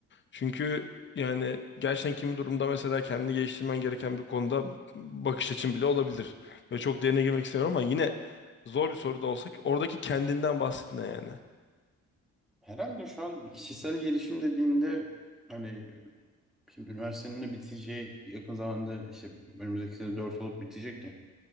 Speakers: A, on the left; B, in the centre.
A: Çünkü yani gerçekten kimi durumda mesela kendini geliştirmen gereken bir konuda bakış açın bile olabilir. Ve çok derine girmek istemiyorum ama yine zor bir soru da olsa ki oradaki kendinden bahsetme yani.
B: Herhalde şu an kişisel gelişim dediğinde hani şimdi üniversitenin de biteceği yakın zamanda işte önümüzdeki sene 4 olup bitecek ya.